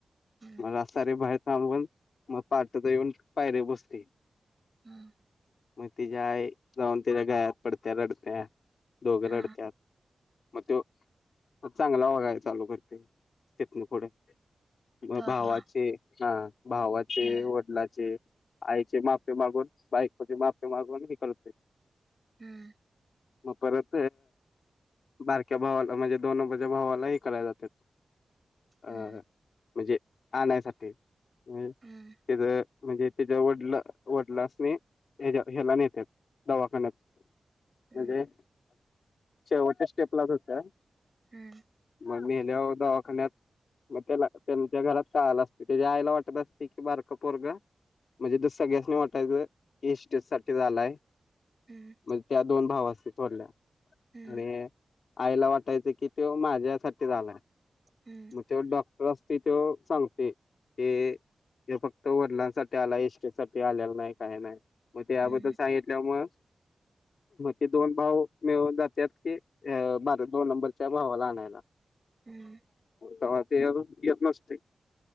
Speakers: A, on the right; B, on the left.
A: हम्म
B: मला सारे बाहेर थांबून, मग पाहटचं येऊन पायरीवर बसते.
A: हम्म
B: मग तिझी आई जाऊन त्याच्या गळ्यात पडतिया रडतिया दोघ रडतात.
A: हा
B: मग त्यो.. मग चांगला वागाय चालू करतोय तित्नं पुढ. म..
A: थोरला
B: भावाचे हा भावाचे,
A: हम्म
B: वडिलाचे आईची माफी मागून, बायकोची माफी मागून.. हे करतोय.
A: हम्म
B: मग परत बारक्या भावाला माझ्या दोन नंबरच्या भावाला हे कराय जातेत. अ..
A: हम्म
B: म्हणजे आणायसाठी म
A: हम्म
B: तिथं म्हणजे तिजा वडला- वडलास नी ह्याला.. ह्याला नेत्यात दवाखान्यात.
A: हम्
B: म्हणजे शेवटच्या स्टेपला जात्यात,
A: हम्म
B: मग मेल्यावर दवाखान्यात मग त्याला त्या.. घरात कळालेलं असते त्याच्या आईला वाटत असते की बारक पोरग म्हणजे तो सगळ्यासनी मोठा आहे ईस्ट सत्य झालं.
A: हम्म
B: मग त्या दोन भावास्नी थोरल्या
A: हम्म
B: आणि आईला वाटायचं कि त्यो माझ्यासाठीच आलाय.
A: हम्म
B: त्यो डॉक्टर असतेय त्यो सांगतोय.. ते त्यो फक्त वडिलांसाठी आलाय इस्टेटसाठी आलेला नाही, काही नाय. मग ते
A: हम्म
B: अगोदर सांगितल्यामुळं ते दोन भाव मिळून जात त्यात ते अ.. भारत- दोन नंबरच्या भावाला आणायला.
A: हम्म
B: तवा ते अजून येत नसतोय,